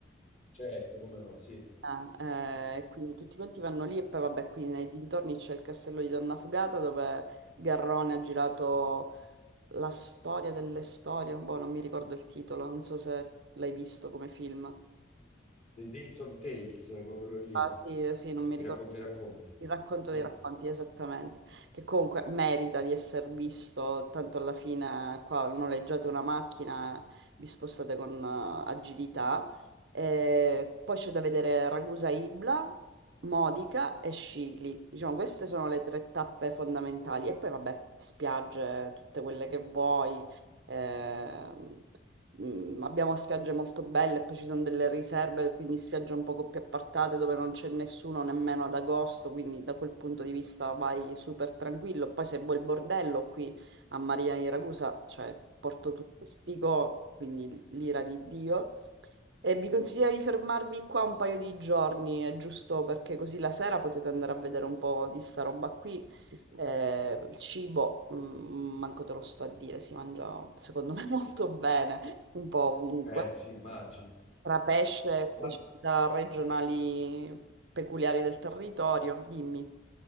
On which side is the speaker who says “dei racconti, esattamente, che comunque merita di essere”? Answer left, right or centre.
Right